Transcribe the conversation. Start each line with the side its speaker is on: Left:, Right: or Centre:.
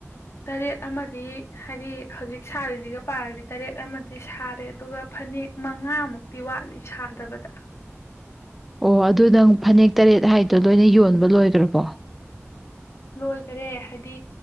Left: ꯇꯔꯦꯠ ꯑꯃꯗꯤ ꯍꯥꯏꯗꯤ ꯍꯧꯖꯤꯛ ꯁꯥꯔꯤꯁꯤꯒ ꯄꯥꯔꯗꯤ ꯇꯔꯦꯠ ꯑꯃꯗꯤ ꯁꯥꯔꯦ ꯑꯗꯨꯒ ꯐꯅꯦꯛ ꯃꯉꯥꯃꯨꯛꯇꯤ ꯋꯥꯠꯂꯤ ꯁꯥꯗꯕꯗ
Centre: ꯑꯣ ꯑꯗꯨ ꯅꯪ ꯐꯅꯦꯛ ꯇꯔꯦꯠ ꯍꯥꯏꯗꯣ ꯂꯣꯏꯅ ꯌꯣꯟꯕ ꯂꯣꯏꯈ꯭ꯔꯕꯣ
Left: ꯂꯣꯏꯈꯔꯦ ꯍꯥꯏꯗꯤ